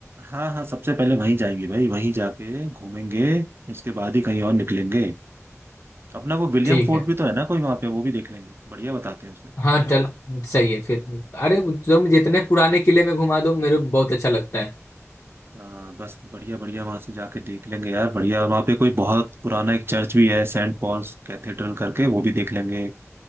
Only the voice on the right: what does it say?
हाँ हाँ सबसे पहले वहीं जाएंगे भाई वहीं जाके घूमेंगे इसके बाद ही कहीं और निकलेंगे अपना वो विलियम
फोर्ट
भी तो है ना कोई वहाँ पे वो भी देख लेंगे बढ़िया बताते हैं उसे
हाँ बस बढ़िया बढ़िया वहाँ से जाके देख लेंगे यार बढ़िया वहाँ पे कोई बहुत पुराना एक चर्च भी है सेंट पॉल्स कैथेड्रल करके वो भी देख लेंगे